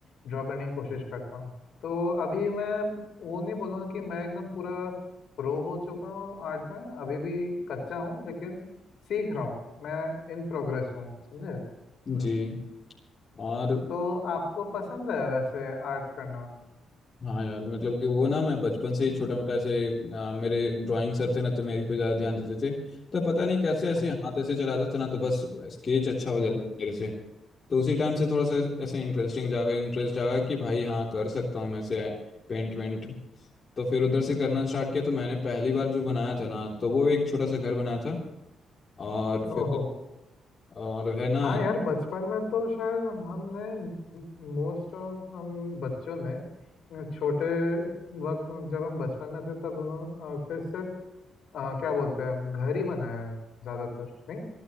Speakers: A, on the left; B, on the left.
A: ड्रॉ करने की कोशिश करता हूँ तो अभी मैं वो नहीं बोलूँगा कि मैं एकदम पूरा प्रो हो चुका हूँ आर्ट में अभी भी कच्चा हूँ लेकिन सीख रहा हूँ मैं इन प्रोग्रेस हूँ समझे
B: जी और
A: तो आपको पसंद है वैसे आर्ट करना
B: हाँ यार मतलब कि वो ना मैं बचपन से ही छोटा मोटा ऐसे आ, मेरे ड्राइंग सर थे ना तो मेरे पे ज्यादा ध्यान देते थे तो पता नहीं कैसे ऐसे
A: अच्छा
B: हाथ ऐसे चलाता था ना तो बस स्केच अच्छा हो
A: अच्छा
B: जाता था मेरे से तो उसी टाइम से थोड़ा सा ऐसे इंटरेस्टिंग जागा इंटरेस्ट जागा कि भाई हाँ कर सकता हूँ मैं से पेंट वेंट तो फिर उधर से करना स्टार्ट किया तो मैंने पहली बार जो बनाया था ना तो वो एक छोटा सा घर बनाया था और फिर
A: ओहो
B: और है ना
A: हाँ यार बचपन में तो शायद हम- हमने मोस्ट ऑफ हम बच्चों ने छोटे वक्त जब हम बचपन में थे तब उन्होंने फिर सिर्फ अ, क्या बोलते हैं घर ही बनाया है ज्यादातर नहीं